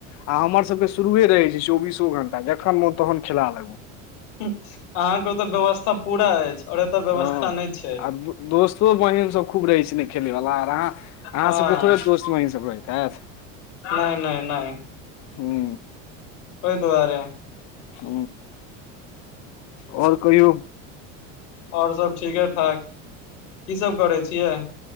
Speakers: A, on the left; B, on the left.
A: आ हमर सबके शुरूए रहै छै चौबीसो घंटा जखन मोन तखन खेला लागू
B: अहाँके ओतऽ व्यवस्था पूरा अछि और एतऽ व्यवस्था
A: हँ
B: नहि छै
A: आ दोस्तो महीम सभ खूब रहै छै ने खेलैवला आर अहाँ अहाँ
B: हँ
A: सबके थोड़े दोस्त महींम सब रहैत हैयत
B: नहि नहि नहि
A: हू
B: ओहि दुआरे
A: ह आओर कहियौ
B: आओर सब ठीके ठाक की सब करै छियै